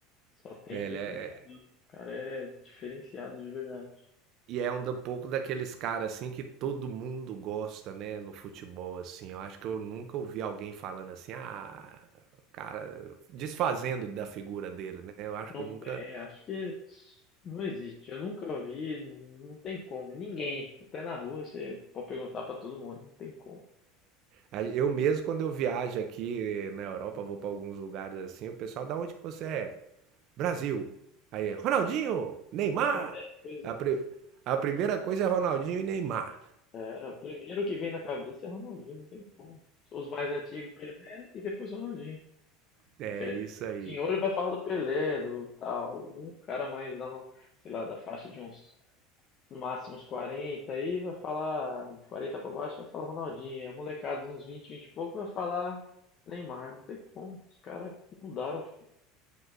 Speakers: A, on the left (about 30°); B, on the right (about 40°).
A: só tem
B: É,
A: tempo
B: ele é...
A: bom. O cara é diferenciado de verdade.
B: E é um da- pouco daqueles caras assim que todo mundo gosta, né, no futebol assim. Eu acho que eu nunca ouvi alguém falando assim, ah, cara, desfazendo da figura dele, né? Eu acho
A: Não
B: que eu nunca
A: tem, acho que não existe. Eu nunca vi, não tem como. Ninguém, até na rua, você pode perguntar pra todo mundo, não tem como.
B: Aí, Eu mesmo, quando eu viajo aqui eh, na Europa, vou para alguns lugares assim, o pessoal, da onde que você é? Brasil. Aí, Ronaldinho, Neymar.
A: É A primeira coisa,
B: A, pri- a primeira coisa é Ronaldinho e Neymar.
A: é, é, o primeiro que vem na cabeça é Ronaldinho, não tem como. Os mais antigos, Pelé e depois Ronaldinho.
B: É
A: Você
B: isso
A: vê, O
B: aí.
A: senhor vai falar do Pelé, do tal, um cara mais da, no- sei lá, da faixa de uns no máximo uns 40 aí, vai falar de 40 pra baixo, vai falar Ronaldinho. A molecada de uns 20 20 e pouco vai falar Neymar. Não tem como. Os caras mudaram o futebol.